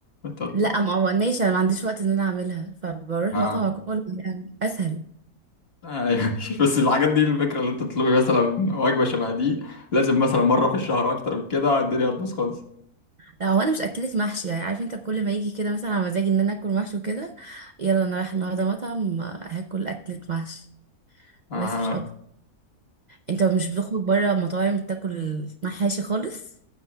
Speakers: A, on the left; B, on the right.
A: أنت بت-
B: لا ما هو ماشي انا ما عنديش وقت ان انا اعملها فبروح
A: اه
B: مطعم اكل يعني اسهل
A: ايوه <laughs> بس الحاجات دي الفكرة اللي انت تطلبي مثلا وجبة شبه دي لازم مثلا مرة في الشهر اكتر من كده الدنيا هتبوظ خالص
B: لا هو انا مش اكلة محشي يعني عارف انت كل ما يجي كده مثلا على مزاجي ان انا اكل محشي وكده يلا انا رايح النهارده مطعم هاكل اكلة محشي
A: اها
B: بس مش اكتر انت مش بتخرج بره مطاعم تاكل محاشي خالص